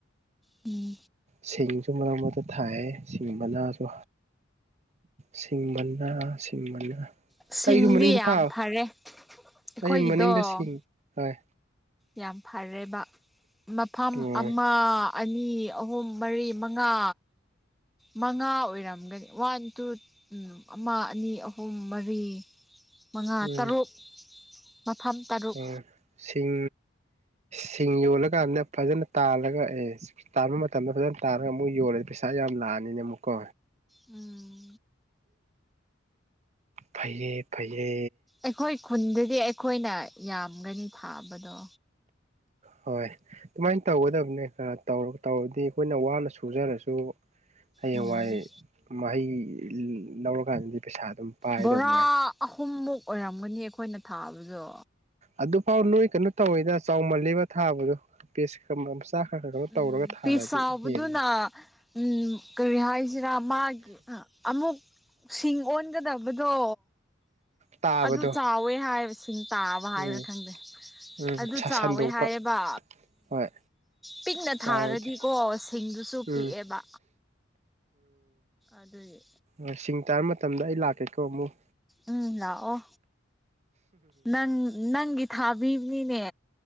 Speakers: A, in the centre; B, on the right.
A: ꯎꯝ
B: ꯁꯤꯡꯁꯨ ꯃꯔꯛ ꯃꯔꯛꯇ ꯊꯥꯏꯌꯦ ꯁꯤꯡ ꯃꯅꯥꯁꯨ ꯁꯤꯡꯕꯅ ꯁꯤꯡꯕꯅ
A: ꯁꯤꯡꯗꯤ
B: ꯑꯩꯁꯨ ꯃꯅꯤꯡꯗ
A: ꯌꯥꯝ
B: ꯊꯥ
A: ꯐꯔꯦ ꯑꯩꯈꯣꯏꯒꯤꯗꯣ
B: ꯑꯩꯒꯤ ꯃꯅꯤꯡꯗ ꯁꯤꯡ ꯍꯣꯏ
A: ꯌꯥꯝ ꯐꯔꯦꯕ ꯃꯐꯝ
B: ꯎꯝ
A: ꯑꯃ ꯑꯅꯤ ꯑꯍꯨꯝ ꯃꯔꯤ ꯃꯉꯥ ꯃꯉꯥ ꯑꯣꯏꯔꯝꯒꯅꯤ ꯋꯥꯟ ꯇꯨ ꯎꯝ ꯑꯃ ꯑꯅꯤ ꯑꯍꯨꯝ ꯃꯔꯤ ꯃꯉꯥ
B: ꯎꯝ
A: ꯇꯔꯨꯛ ꯃꯐꯝ ꯇꯔꯨꯛ
B: ꯎꯝ ꯁꯤꯡ ꯁꯤꯡ ꯌꯣꯜꯂꯀꯥꯟꯗ ꯐꯖꯅ ꯇꯥꯜꯂꯒ ꯑꯦ ꯇꯥꯟꯕ ꯃꯇꯝꯗ ꯐꯖꯅ ꯇꯥꯜꯂꯒ ꯑꯃꯨꯛ ꯌꯣꯜꯂꯗꯤ ꯄꯩꯁꯥ ꯌꯥꯝ ꯂꯥꯛꯑꯅꯤꯅ ꯑꯃꯨꯛꯀꯣ
A: ꯎꯝ
B: ꯐꯩꯌꯦ ꯐꯩꯌꯦ
A: ꯑꯩꯈꯣꯏ ꯈꯨꯟꯗꯗꯤ ꯑꯩꯈꯣꯏꯅ ꯌꯥꯝꯒꯅꯤ ꯊꯥꯕꯗꯣ
B: ꯍꯣꯏ ꯑꯗꯨꯃꯥꯏꯅ ꯇꯧꯒꯗꯕꯅꯦ ꯈꯔ ꯇꯧꯔꯗꯤ ꯑꯩꯈꯣꯏꯅ ꯋꯥꯅ ꯁꯨꯖꯔꯁꯨ ꯍꯌꯦꯡꯋꯥꯏ
A: ꯎꯝ
B: ꯃꯍꯩ ꯂꯧꯔꯀꯥꯟꯗꯗꯤ ꯄꯩꯁꯥ ꯑꯗꯨꯝ ꯄꯥꯏꯗꯧ
A: ꯕꯣꯔꯥ
B: ꯃꯉꯥꯏ
A: ꯑꯍꯨꯝꯃꯨꯛ ꯑꯣꯏꯔꯝꯒꯅꯤ ꯑꯩꯈꯣꯏꯅ ꯊꯥꯕꯗꯣ
B: ꯑꯗꯨꯐꯥꯎ ꯅꯣꯏ ꯀꯩꯅꯣ ꯇꯧꯏꯗ ꯆꯥꯎꯃꯜꯂꯤꯕ ꯊꯥꯕꯗꯣ ꯄꯤꯁ ꯃꯆꯥ ꯈꯔ ꯈꯔ
A: ꯎꯝ
B: ꯇꯧꯔꯒ ꯊꯥꯔꯗꯤ
A: ꯄꯤꯁ ꯆꯥꯎꯕꯗꯨꯅ
B: ꯍꯦꯂꯦ
A: ꯎꯝ ꯀꯔꯤ ꯍꯥꯏꯁꯤꯔ ꯃꯥꯒꯤ ꯑꯃꯨꯛ ꯁꯤꯡ ꯑꯣꯟꯒꯗꯕꯗꯣ
B: ꯇꯥꯕꯗꯣ
A: ꯑꯗꯨ ꯆꯥꯎꯋꯦ ꯍꯥꯏꯕꯁꯦ ꯏꯁꯤꯡ ꯇꯥꯕ ꯍꯥꯏꯔꯥ
B: ꯎꯝ
A: ꯈꯪꯗꯦ
B: ꯎꯝ
A: ꯑꯗꯨ
B: ꯁꯟꯗꯣꯛꯄ
A: ꯆꯥꯎꯋꯦ ꯍꯥꯏꯌꯦꯕ
B: ꯍꯣꯏ
A: ꯄꯤꯛꯅ
B: ꯆꯥꯎꯔꯗꯤ
A: ꯊꯥꯔꯗꯤꯀꯣ ꯁꯤꯡꯗꯨꯁꯨ
B: ꯎꯝ
A: ꯄꯤꯛꯑꯦꯕ ꯑꯗꯨꯒꯤ
B: ꯎꯝ ꯁꯤꯡ ꯇꯥꯕ ꯃꯇꯝꯗ ꯑꯩ ꯂꯥꯛꯀꯦꯀꯣ ꯑꯃꯨꯛ
A: ꯎꯝ ꯂꯥꯛꯑꯣ ꯅꯪ ꯅꯪꯒꯤ ꯊꯥꯕꯤꯕꯅꯤꯅꯦ